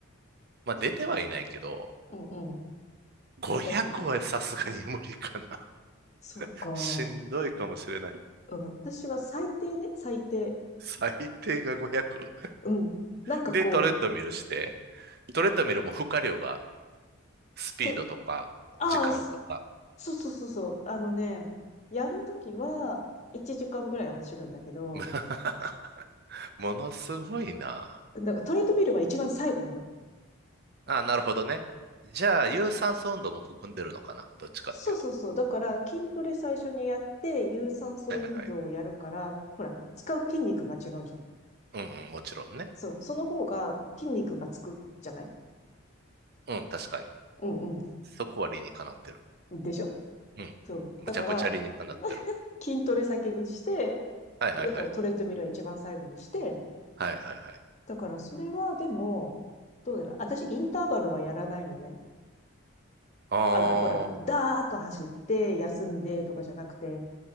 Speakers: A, on the right; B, on the left.
A: まあ出てはいないけど、
B: そっか。うんうん。
A: 500はさすがに無理かな。
B: だって、うんそっか。
A: <laughs> しんどいかもしれない。
B: うん私は最低ね、最低。
A: 最低が500。
B: うん。なんかこう、
A: で、トレッドミルして、トレッドミルも負荷量がスピードとか時間とか、
B: と、ああ、すそうそうそうそう。あのね、やるときは1時間ぐらい走るんだけど、
A: <laughs> ものすごいな。
B: なんかトレッドミルは一番最後なの。
A: あ、なるほどね。じゃあ、有酸素運動も含んでるのかな。どっちかっていうと。
B: そうそうそう。だから、筋トレ最初にやって、有酸素運動をやるから、
A: はいはいはい。
B: ほら、使う筋肉が違うじゃん。
A: うんうん、もちろんね。
B: そう。その方が筋肉がつくじゃない
A: うん、確かに。
B: うん
A: そこは理にかなってる。
B: うん。でしょ
A: うん。
B: そう。
A: むちゃくちゃ理にかなってる。
B: だから、<laughs> 筋トレ先にして、
A: はいはいはい。
B: でだからトレッドミルは一番最後にして、
A: はいはいはい。
B: だからそれはでも、どうだろう。私、インターバルはやらないのね。
A: ああ、
B: あの、ほら、ダーッと走って、休んでとかじゃなくて、